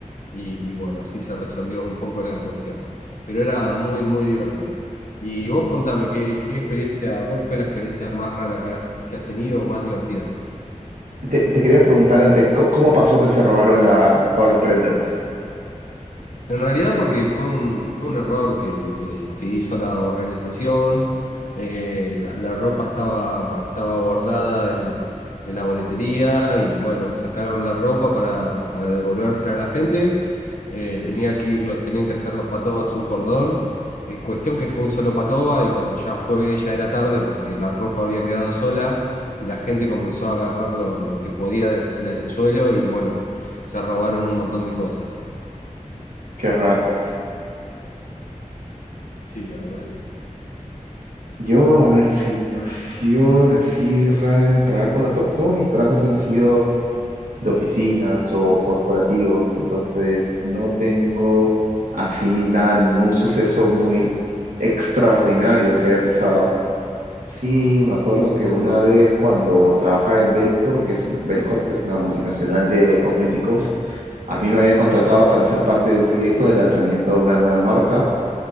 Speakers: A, on the left; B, on the right.
A: y, y bueno, así se resolvió un poco la cuestión. Pero era muy, muy divertido. Y vos contame, ¿qué, qué experiencia, cuál fue la experiencia más rara que has, que has tenido o más divertida?
B: Te, te quería preguntar antes, ¿cómo, cómo pasó que se robaron la- todas las prendas?
A: En realidad porque fue un, fue un error que, que- que hizo la organización. Eh, la, la ropa estaba, estaba guardada en, en la boletería y bueno, sacaron la ropa para, para devolvérsela a la gente. Eh, tenía que ir, los- tenían que hacer los patobas un cordón. Eh, cuestión que fue un solo patoba y cuando ya fue ya era tarde porque la ropa había quedado sola y la gente comenzó a agarrar lo, lo que podía des- del suelo y bueno, se robaron un montón de cosas.
B: Qué ratas.
A: Sí, la verdad que sí.
B: Yo, a ver, situación así rara en el trabajo. no, to- todos mis trabajos han sido de oficinas o corporativos, entonces no tengo así nada, ningún suceso muy extraordinario que haya pasado. Sí, me acuerdo
A: Sí.
B: que una vez cuando trabajaba en Belcorp, que es un- Belcorp, que es una multinacional de cosméticos, a mí me habían contratado para ser parte de un proyecto de lanzamiento de una nueva marca